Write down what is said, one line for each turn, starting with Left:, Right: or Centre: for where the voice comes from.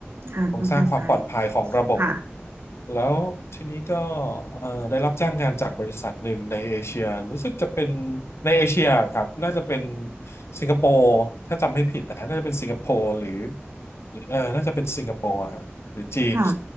Right: ค่ะคุณประภัย
Left: โครงสร้างความปลอดภัยของระบบ
Right: ค่ะ
Left: แล้วทีนี้ก็เอ่อได้รับจ้างงานจากบริษัทหนึ่งในเอเชียรู้สึกจะเป็นในเอเชียครับน่าจะเป็นสิงคโปร์ นะน่าจะเป็นสิงคโปร์หรือหรือเออน่าจะเป็นสิงคโปร์อะฮะหรือจีน
Right: ค่ะ